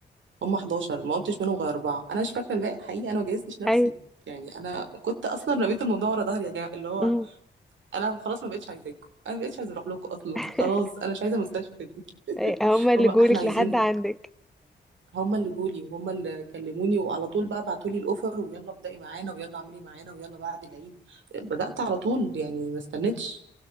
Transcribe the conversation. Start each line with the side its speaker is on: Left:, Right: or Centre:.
Right: هم 11 ما قلتش منهم غير اربعه انا مش فاكره الباقي حقيقي انا ما جهزتش نفسي
Centre: ايوه
Right: يعني انا كنت اصلا رميت الموضوع ورا ظهري يا جماعه اللي هو
Centre: امم
Right: انا خلاص ما بقتش عايزاكم انا ما بقتش عايزه اروح لكم اصلا
Centre: <laughs>
Right: خلاص انا مش عايزه المستشفى دي
Centre: أي- هما اللي
Right: هم احنا
Centre: جولك
Right: عايزينك
Centre: لحد عندك
Right: هم اللي جولي وهم اللي كلموني وعلى طول بقى بعتوا لي الاوفر ويلا ابدأي معانا ويلا اعملي معانا ويلا بعد العيد بدأت على طول يعني ما استنيتش